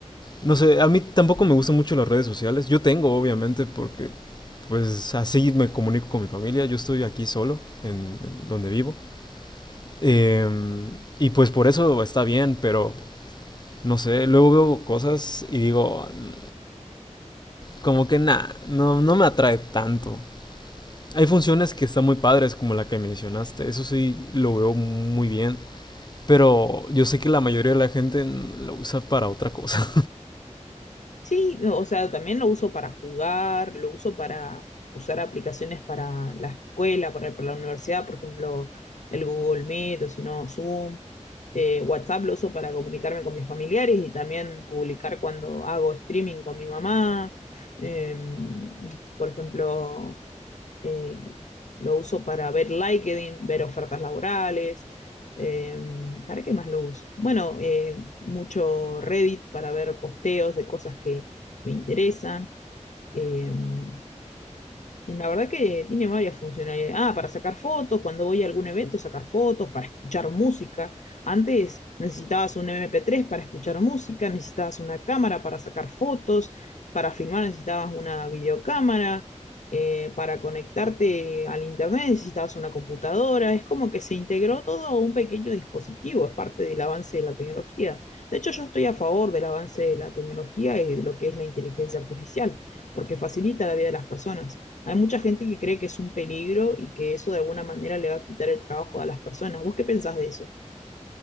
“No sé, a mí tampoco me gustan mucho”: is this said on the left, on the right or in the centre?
Left